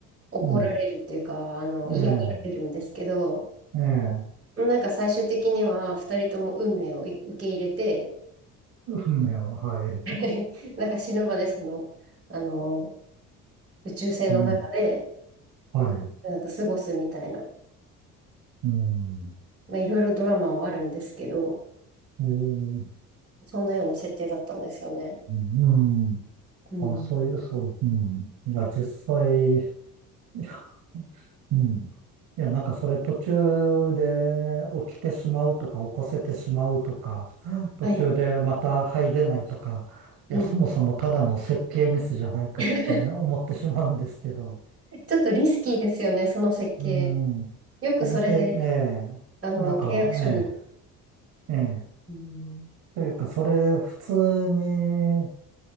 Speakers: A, on the right; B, on the right.
A: 怒られるっていうか、
B: うん。
A: あの、
B: え
A: 嫌がられるんですけど、
B: え。ええ。
A: なんか最終的には二人とも運命をい受け入れて
B: 運命は、はい。
A: <laughs> なんか死ぬまでその、あの宇宙船の中で
B: うん、はい。
A: なんか過ごすみたいな、
B: うん。
A: まあ、いろいろドラマはあるんですけど、
B: えー、
A: そんなような設定だったんですよね。
B: うん。
A: うん。
B: あ、そういう、そう、うん。いや、実際、いやうん。いや、なんかそれ途中で起きてしまうとか、起こせてしまうとか、途中でまた入れないとか、
A: はい。
B: いや、
A: うんうん
B: そもそもただの設計ミスじゃないかって思ってしまうんですけど、
A: <laughs> ちょっとリスキーですよね、その設計。
B: うん。根底、
A: よくそれで、
B: ええなんか、
A: あの、契約書に。
B: ええええ
A: うん
B: というか、それ普通に、